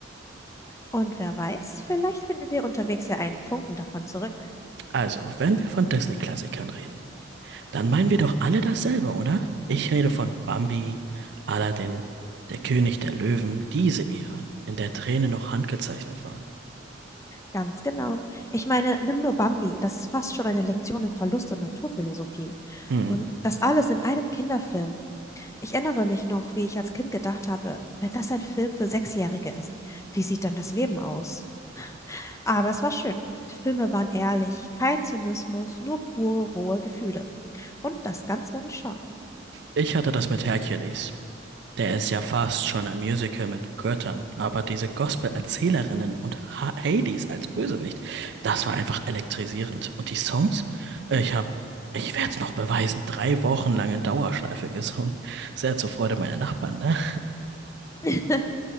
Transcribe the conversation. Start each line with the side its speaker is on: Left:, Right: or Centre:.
Left: Und wer weiß, vielleicht finden wir unterwegs ja einen Funken davon zurück.
Right: Also, wenn wir von Disney-Klassikern reden, dann meinen wir doch alle dasselbe, oder? Ich rede von Bambi, Aladdin, Der König der Löwen, diese Ära, in der Tränen noch handgezeichnet waren.
Left: Ganz genau. Ich meine, nimm nur Bambi, das ist fast schon eine Lektion in Verlust und Naturphilosophie.
Right: Hm,
Left: Und das alles in einem Kinderfilm. Ich erinnere mich noch, wie ich als Kind gedacht habe, wenn das ein Film für Sechsjährige ist, wie sieht dann das Leben aus? Aber es war schön. Die Filme waren ehrlich, kein Zynismus, nur pure, rohe Gefühle. Und das ganz ohne Scham.
Right: ich hatte das mit Hercules. Der ist ja fast schon ein Musical mit Göttern, aber diese Gospel-Erzählerinnen
Left: Hm.
Right: und ha Hades als Bösewicht, das war einfach elektrisierend. Und die Songs? Ich hab, ich werd's noch beweisen, drei Wochen lang in Dauerschleife gesungen. Sehr zur Freude meiner Nachbarn, ne?
Left: <laughs>